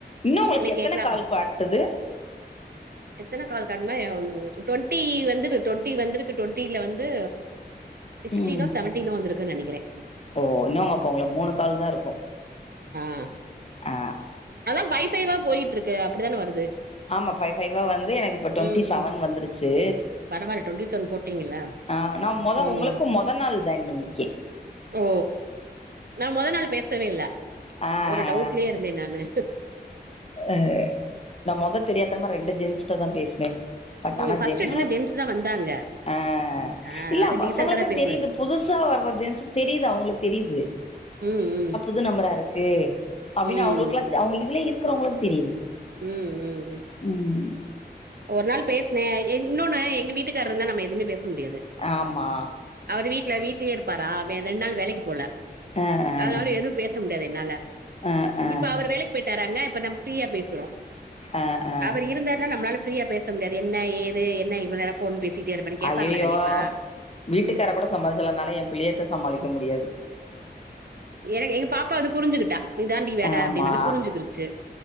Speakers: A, on the left; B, on the right.
A: இன்னு ஒங்களுக்கு எத்தன
B: கேக்கலப்பா
A: கால் காட்டுது
B: எத்தன கால் காட்டுன டுவெண்டி வந்தது டுவெண் டி வந்திருக்கு ட்வென்டில வந்து சிக்ஸ்டினோ
A: ம்
B: செவன்டினோ வந்திருக்குன் நெனைக்கிறே
A: ஓ இன்னுங்க அப்ப ஒங்களுக்கு மூணு கால் தாருக்கு
B: ஆ
A: ஆ
B: அல்லா ஃபை ஃபைவ் போய்ட்ருக்கு அப்டிதானே வருது
A: ஆமா ஃபைவ் ஃபைவ் வந்து எனக்கு இப்ப ட்வென்டி
B: ம்
A: செவன்
B: ம்
A: வந்துருச்சு
B: பரவால்ல போட்டீங்களா?
A: ஆ நா மொத
B: ம்.
A: ஒங்களுக்கு மொத நாள் ஜாயின் பண்ணியிருக்கே
B: ஓ நாமொத நாள் பேசவே இல்ல
A: ஆ
B: ஒரு
A: ஆ
B: டவு ட்லயே இருந்தே நானு
A: அ நா மொத தெரியாதனமா ரெண்டு ஜென்ஸ்ட்ட தா பேசுனே பட்
B: ம்
A: ஆனா
B: ஃபர்ஸ்ட்
A: ஜெனியூனா
B: எடுத்தோனே ஜென்ஸ் தா வந்தாங்க
A: ஆ
B: ஆ
A: இல்ல
B: அது
A: பசங்களுக்கு
B: டீசென்ட்டா தான் பேசுனாங்க.
A: தெரிது புதுசா வர்ற ஜென்ஸ்க்கு தெரிது அவுங்களுக்கு தெரிது
B: ம் ம்
A: புது நம்பரா இருக்கு அப்டின்னு
B: ம்.
A: அவங்களுக்கெல்லா அவங்க இதுலயே இருக்கிறவங்களுக்கு தெரியுது
B: ம் ம் ம்.
A: ம்
B: ஒரு நாள் பேசினே என் இன்னொன்னு எங்க வீட்டுக்காரர் இருந்தா நம்ம எதுவுமே பேச முடியாது
A: ஆமா
B: அவர் வீட்ல வீட்லயே இருப்பாரா ரெண்டு நாள் வேலைக்கு போல
A: ஆ ஆ
B: அதுனால எதுவு பேச முடியாது என்னால
A: ஆ ஆ
B: இப்ப அவர் வேலைக்கு போயிட்டாராங்க இப்ப நம். ஃப்ரீயா பேசுறோ
A: ஆ ஆ
B: அவர் இருந்தாருன்னா நம்மளால ஃபீரியா பேச முடியாது என்ன ஏது என்ன இவள நேர ஃபோன் பே சிட்டியே இருப்பன்னு கேப்பாங்கள்ள
A: அய்யய்யோ
B: கண்டிப்பா
A: வீட்டுக்கார
B: ம்.
A: கூட சமாளிச்சிடலா என்னால ஏ பிள்ளையத்த சமாளிக்க முடியாது
B: எனக்கு எங்க பாப்பா வந்து புரிஞ்சுகிட்டா இதாண்டி வேல
A: ஆமா
B: அப்டின்னோனே புரிஞ்சுக்கிருச்சு